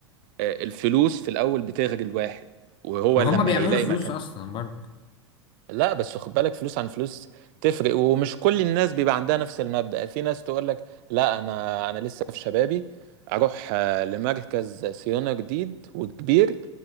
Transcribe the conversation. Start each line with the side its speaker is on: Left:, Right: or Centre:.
Right: آه، الفلوس في الاول بتغري الواحد وهو
Left: ما
Right: لما
Left: هم بيعملوا
Right: هيلاقي
Left: فلوس
Right: مكان
Left: اصلا برضو
Right: لا بس خد بالك فلوس عن فلوس تفرق ومش كل الناس بيبقى عندها نفس المبدأ في ناس تقول لك لا انا انا لسه في شبابي اروح آه، لمركز صيانه جديد وكبير